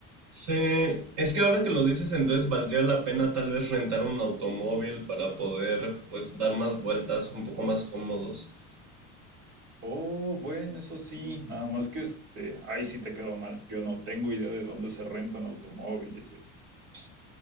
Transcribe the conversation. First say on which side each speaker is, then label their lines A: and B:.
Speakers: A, on the right; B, on the right.
A: Sí, es que ahora que lo dices, entonces valdría la pena tal vez rentar un automóvil para poder pues dar más vueltas un poco más cómodos.
B: Oh, bueno, eso sí, nada más que este, ahí sí te quedó mal. Yo no tengo idea de dónde se rentan automóviles y así. Ps,